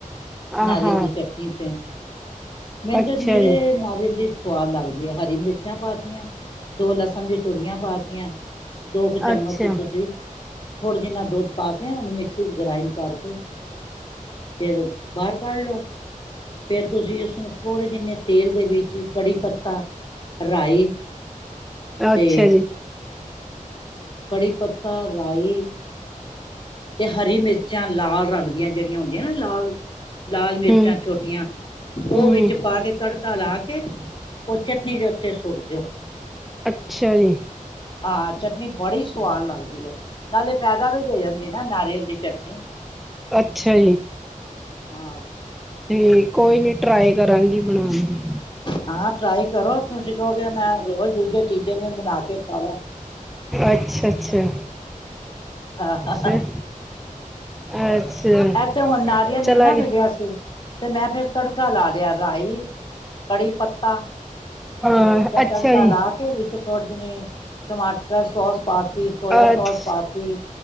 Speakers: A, on the left (about 35°); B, in the centre.
A: ਨਾਰੀਅਲ
B: ਆਹਾ
A: ਦੀ ਚਟ ਨੀਚਾ ਮੈਨੂੰ
B: ਅੱਛਾ
A: ਤਾਂ ਨਿਰੇ
B: ਜੀ
A: ਨਾਰੀਅਲ ਦੀ ਸਵਾਦ ਲੱਗਦੀ ਹੈ! ਹਰੀ ਮਿਰਚਾਂ ਪਾਤੀਆਂ, ਦੋ ਲਸਣ ਦੀ ਤੂਰੀਆਂ ਪਾਤੀਆਂ। ਦੋ ਕੁ ਚਮਚ
B: ਅੱਛਾ
A: ਤੁਸੀਂ ਥੋੜ੍ਹਾ ਜਿਨਾ ਦੁੱਧ ਪਾ ਕੇ, ਉਹਨੂੰ ਮਿਕਸੀ ਚ ਗ੍ਰਾਇੰਡ ਕਰਕੇ ਫਿਰ ਬਾਹਰ ਕਢ ਲਓ। ਫੇਿਰ ਤੁਸੀਂ ਉਸਨੂੰ ਥੋੜ੍ਹੇ ਜਿਨੇ ਤੇਲ ਦੇ ਵਿੱਚ, ਕੜੀ ਪੱਤਾ ਰਾਈ
B: ਅੱਛਾ
A: ਤੇ
B: ਜੀ।
A: ਕੜੀ ਪੱਤਾ, ਰਾਈ ਤੇ ਹਰੀ ਮਿਰਚਾਂ ਲਾਲ ਰੰਗ ਦੀਆਂ ਜਿਹੜੀਆਂ ਹੁੰਦੀਆਂ ਨਾ ਲਾਲ ਲਾਲ ਮਿਰਚਾਂ
B: ਹੂੰ
A: ਛੋਟੀਆਂ
B: ਹੂੰ
A: ਉਹ ਵਿੱਚ ਪਾ ਕੇ ਤੜਕਾ ਲਾ ਕੇ ਉਹ ਚਟਨੀ ਦੇ ਉੱਤੇ ਸੁੱਟ ਦਿਓ।
B: ਅੱਛਾ ਜੀ।
A: ਹਾਂ ਚਟਨੀ ਬੜੀ ਸਵਾਦ ਲੱਗਦੀ ਹੈ ਨਾਲੇ ਫਾਇਦਾ ਵੀ ਦੇ ਜਾਂਦਾ। ਨਾ ਨਾਰੀਅਲ ਦੀ ਚਟਨੀ,
B: ਅੱਛਾ
A: ਹਾਂ।
B: ਠੀਕ ਕੋਈ ਨੀ ਟਰਾਈ ਕਰਾਂਗੀ ਬਣਾਉਣ ਦੀ।
A: ਹਾਂ ਟਰਾਈ ਕਰੋ ਤੁਸੀਂ ਕਹੋਗੇ ਮੈਂ ਰੋਜ਼ ਦੂਜੇ ਤੀਜੇ ਦਿਨ ਬਣਾ ਕੇ ਖਾਂਵਾਗੀ।
B: ਅੱਛਾ ਅੱਛਾ।
A: ਹਾਂ
B: ਫਿਰ ਅੱਛਾ।
A: ਇਥ ਹੁਣ ਨਾਰੀਅਲ
B: ਚਲਾ
A: ਨੀ ਨਾ
B: ਗਿਆ
A: ਮਿਲਿਆ ਸੀ, ਤੇ ਮੈਂ ਫੇਿਰ ਤੜਕਾ ਲਾ ਲਿਆ ਰਾਈ ਕੜੀ ਪੱਤਾ
B: ਹਾਂ
A: ਦਾ
B: ਅੱਛਾ
A: ਤੜਕਾ
B: ਜੀ
A: ਲਾ ਕੇ, ਵਿੱਚ ਥੋੜੇ ਜਿਨੀ ਟਮਾਟਰ ਸੋਸ ਪਾ ਤੀ, ਸੋਇਆ
B: ਅੱਛ
A: ਸੋਸ ਪਾ ਤੀ,